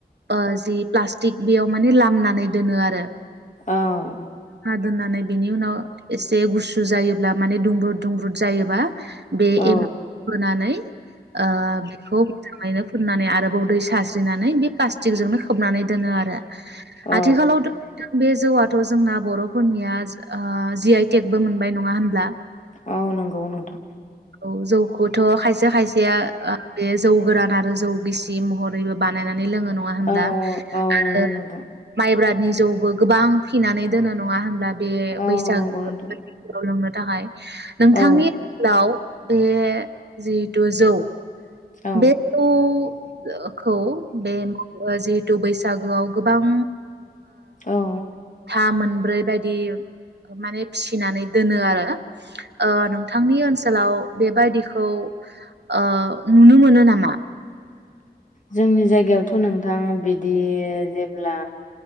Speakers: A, on the right (about 85°); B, on the left (about 45°).
A: ओ जि प्लास्टिक बेयाव माने लामनानै दोनो आरो।
B: औ
A: दोननानै बेनि उनाव एसे गुसु जायोब्ला माने दुंब्रुद दुंब्रुद जायोबा बे
B: औ
A: एमाव होनानै आ बेखौ मोजाङैनो फुननानै आरोबाव दै सास्रिनानै बे प्लास्टिकजोंनो खोबनानै दोनो आरो
B: औ
A: आथिखालावथ बे जौआथ जोंना बरफोरनिया आ जि आइ टेकबो मोनबाय नङा होनब्ला?
B: औ नंगौ नोंथां।
A: औ जौखौथ खाय से खायसेया बे जौ गोरान आरो जौ गिसि महरैबो बानायना नै लोङो नङा होनब्ला
B: औ औ
A: आरो
B: नंगौ नोंथां
A: माइब्रानि जौबो गोबां फिनानै दोनो नङा होनब्ला बे
B: औ
A: बैसागो
B: नंगौ नोंथां
A: आव लोंनो थाखाय। नोंथांनि
B: औ
A: ओ सोलाव बे जिहेथु जौ
B: औ
A: बे जौखौ बे <unintelligible> थु बैसागोआव गोबां
B: औ
A: था मोन ब्रैबायदि माने फिसिनानै दोनो आरो ओ नोंथांनि ओनसोलाव बेबायदिखौ ओ नुनो मोनो नामा?
B: जोंनि जायगायावथ' नोंथां बिदि जेब्ला